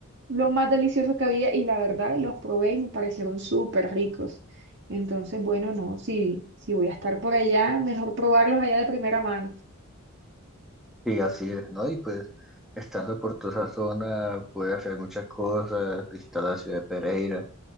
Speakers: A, on the right; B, in the centre.
A: lo más delicioso que había y la verdad los probé y me parecieron súper ricos. Entonces, bueno, no, si, si voy a estar por allá, mejor probarlos allá de primera mano.
B: Y así es, ¿no? Y pues, estando por toda esa zona, puedes hacer muchas cosas, visitar la ciudad de Pereira.